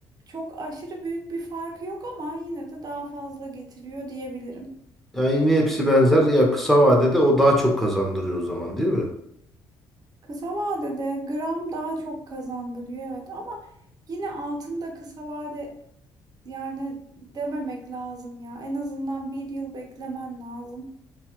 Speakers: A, on the right; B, in the centre.
A: çok aşırı büyük bir farkı yok ama yine de daha fazla getiriyor diyebilirim.
B: Yani yine hepsi benzer. Ya kısa vadede o daha çok kazandırıyor o zaman değil mi?
A: Kısa vadede gram daha çok kazandırıyor evet ama yine altında kısa vade yani dememek lazım ya. En azından bir yıl beklemen lazım.